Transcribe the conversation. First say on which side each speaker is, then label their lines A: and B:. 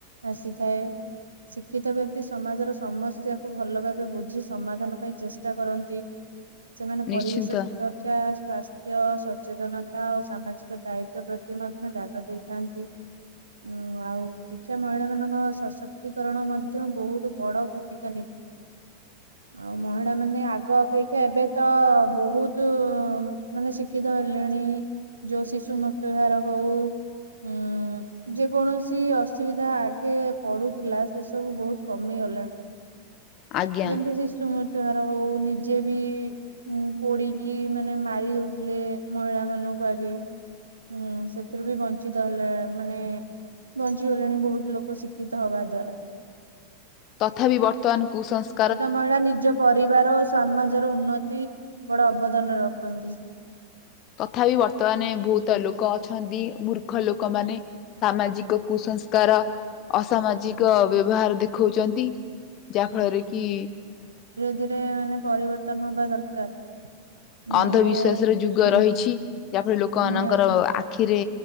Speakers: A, on the right; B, on the left.
A: ଆସିଥାଏ। ଶିକ୍ଷିତ ବ୍ୟକ୍ତି ସମାଜର ସମସ୍ୟାକୁ ଭଲ ଭାବେ ବୁଝି ସମାଧାନ ପାଇଁ ଚେଷ୍ଟା କରନ୍ତି। ସେମାନେ
B: ନିଶ୍ଚିନ୍ତ
A: ପରିବେଶ ସୁରକ୍ଷା ସ୍ୱାସ୍ଥ୍ୟ ସ ସଚେତନତା ଓ ସାମାଜିକ ଦାୟିତ୍ୱ ପ୍ରତି ମଧ୍ୟ ଧ୍ୟାନ ଦେଇଥାନ୍ତି। ଓ ଆଉ ଶିକ୍ଷା ମହିଳା ମାନଙ୍କ ସଶକ୍ତିକରଣ ମଧ୍ୟ ବହୁତ ବଡ ଭୂମିକା ନେବେ।
B: ହ
A: ଆଉ ମହିଳା ମାନେ ଆଗ ଅପେକ୍ଷା ଏବେ ତ ଅ ବହୁତୁ ଉ ମାନେ ଶିକ୍ଷିତ ହେଲେଣି। ଯୋଉ ଶିଶୁ ମୃତ୍ୟୁହାର ହଉ ଉଁ। ଯେ କୌଣସି ଅସୁବିଧା ଆଗେ ପଡୁଥିଲା ସେ ସବୁ ବହୁତ କମିଗଲାଣି।
B: ଆଜ୍ଞା
A: ଯେମିତି ଶିଶୁମୂର ର ହଉ ନିଜେ ବି ପୋଡିକି ମାନେ ମାରି ଦଉଥିଲେ ମହିଳା ମାନ ଗୁ ଆଗେ ହୁଁ ସେଥିରୁ ବି ବଞ୍ଚିତ ହେଲେ ମାନେ ବଞ୍ଚିଗଲେଣି ବହୁତ ଲୋକ ଶିକ୍ଷିତ ହବା ଦ୍ଵାରା।
B: ତଥାପି ବର୍ତ୍ତମାନ କୁସଂସ୍
A: ସେତ ମହିଳା ନିଜ ପରିବାର ଓ ସ୍ୱାମୀ। ସମାଜର ଉନ୍ନତି ବଡ ଅବଦାନ ରଖନ୍ତି।
B: ତଥାପି ବର୍ତ୍ତମାନେ ବହୁତ ଲୋକ ଅଛନ୍ତି ମୂର୍ଖ ଲୋକ ମାନେ ସାମାଜିକ କୁସ ସଂସ୍କାର ଅସାମାଜିକ ବ୍ୟବହାର ଦେଖଉଛନ୍ତି। ଯା ଫଳରେ କି
A: ଜଉଟାକି ମାନେ ପରିବର୍ତ୍ତନ ହବା ଦରକାର।
B: ଅନ୍ଧବିଶ୍ଵାସ
A: ନହେଲେ
B: ର ଯୁଗ
A: ହୁଁ
B: ରହିଛି ଯାହାଫଳରେ ଲୋକମାନାନଙ୍କର
A: ନିହାତି
B: ଆଖିରେ